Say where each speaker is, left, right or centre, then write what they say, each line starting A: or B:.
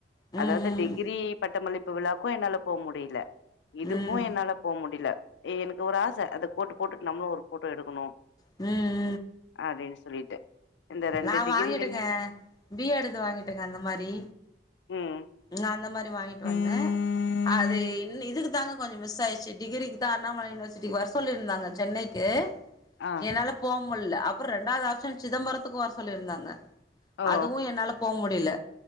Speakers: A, on the left; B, on the left.
A: ம் ம் ம்
B: அதாவ்து டிகிரி பட்டமளிப்பு விழாக்கு என்னால போ முடில இதுக்கு
A: ம்
B: என்னால போ முடில எனக்கு ஒரு ஆச அந்த கோட்டு போட்டு நம்மளு ஒரு போட்டோ எடுக்கணு
A: ம்
B: அப்டின் சொல்லிட்டு இந்த ரெண்டு
A: நா
B: டிகிரிலயுமே
A: வாங்கிட்டங்க பி எடுது வாங்கிட்டேங்க அந்த மாரி
B: ம்
A: நா அந்த மாரி வாங்கிட்டு
B: ம்
A: வந்த அது இதுக்கு தாங்க கொஞ்ச மிஸ் ஆயிச்சு டிகிரிக்கு தா அண்ணாமலை யூனிவர்சிட்டிக்கு வர சொல்லியிருந்தாங்க சென்னை க்கு
B: ஆ
A: என்னால போ முல்ல அப்றோ ரெண்டாவ்து ஆப்ஷன் சிதம்பரத்துக்கு வர சொல்லிருந்தாங்க
B: ஓ
A: அதுவு என்னால போ முடில